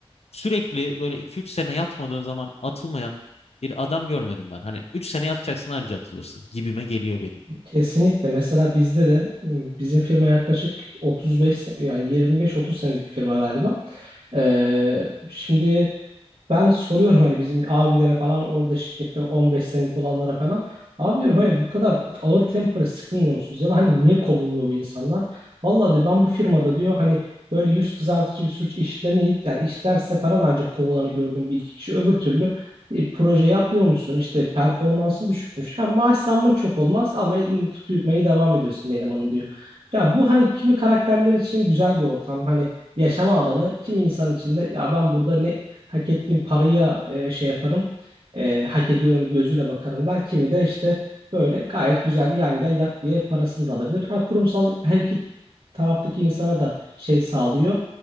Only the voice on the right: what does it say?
Kesinlikle. Mesela bizde de m, bizim firma yaklaşık 35 se- yani 25-30 senelik bir firma galiba. Ee, şimdi ben soruyorum hani bizim abilere falan orada şirkette 15 senelik olanlara falan. Abi diyorum hani bu kadar ağır tempoya sıkılmıyor musunuz? Ya da hani niye kovulmuyor bu insanlar? Vallahi diyor ben bu firmada diyor hani böyle yüz kızartıcı bir suç işlemeyip yani işlerse falan ancak kovulanı gördüm bir iki kişi. Öbür türlü e, proje yapmıyormuşsun işte performansın düşükmüş. Hem maaş zammın çok olmaz ama elini tutmayı devam ediyorsun elemanın diyor. Ya bu hani kimi karakterler için güzel bir ortam hani yaşama alanı kimi insan için de ya ben burada ne hak ettiğim paraya e, şey yaparım e, hak ediyorum gözüyle bakarım der. Kimi de işte böyle gayet güzel yan gel yat diye parasını da alabilir. Ha, kurumsal her iki taraftaki insana da şey sağlıyor.